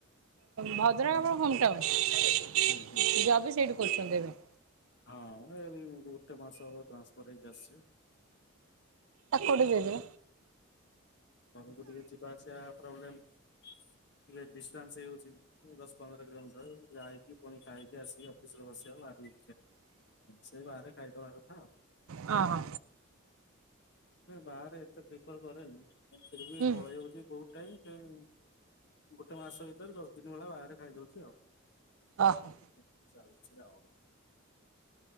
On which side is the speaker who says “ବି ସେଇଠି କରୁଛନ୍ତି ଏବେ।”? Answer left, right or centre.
Right